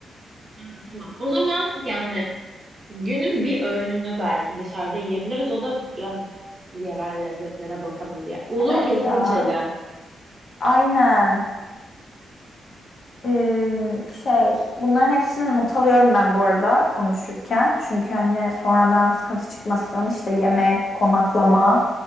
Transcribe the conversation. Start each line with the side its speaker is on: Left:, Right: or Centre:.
Right: Ha, tamam. O zaman yani günün bir öğününü belki dışarıda yiyebiliriz. O da biraz yerel lezzetlere bakalım diye. Uzu
Left: Evet
Right: kesin
Left: ya.
Right: içelim.
Left: Aynen. Ee, şey bunların hepsini not alıyorum ben bu arada konuşurken. Çünkü hani sonradan sıkıntı çıkmasın işte yemek, konaklama